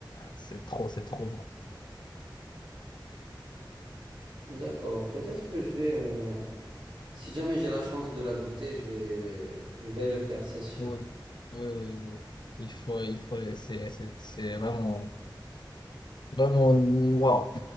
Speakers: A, on the left; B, on the right.
A: c'est trop, c'est trop bon.
B: D'accord. Peut-être que je vais, euh, si jamais j'ai la chance de la goûter, je vais, je vais le faire, c'est sûr.
A: Oui, oui, oui, oui. Il faut, il faut, c'est, c'est c'est vraiment, vraiment waouh.